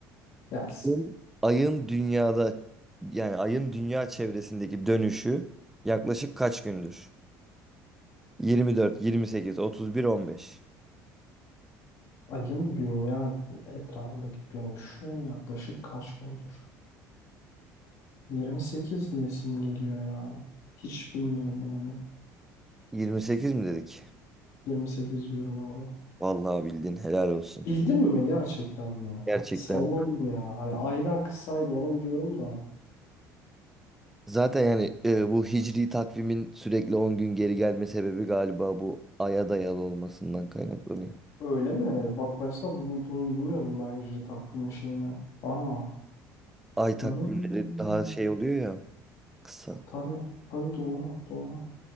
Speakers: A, on the left; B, in the centre.
A: Gelsin.
B: Ayın ayın dünyada yani ayın dünya çevresindeki dönüşü yaklaşık kaç gündür? 24, 28, 31, 15.
A: Ayın dünya etrafındaki dönüşü yaklaşık kaç gündür? 28 diyesim geliyor ya. Hiç bilmiyorum bunu ama.
B: 28 mi dedik?
A: 28 diyorum abi.
B: Vallahi bildin helal olsun.
A: Bildim mi gerçekten mi?
B: Gerçekten
A: Salladım ya. Hani aydan kısaydı onu biliyorum da.
B: Zaten yani e, bu hicri takvimin sürekli 10 gün geri gelme sebebi galiba bu aya dayalı olmasından kaynaklanıyor.
A: Öyle mi? Bak mesela bunu, bunu bilmiyordum ben hicri takvimi şeyini. Aa.
B: Ay takvimleri
A: Hmm.
B: daha şey oluyor ya kısa.
A: Tabii. Tabii doğru. Doğru.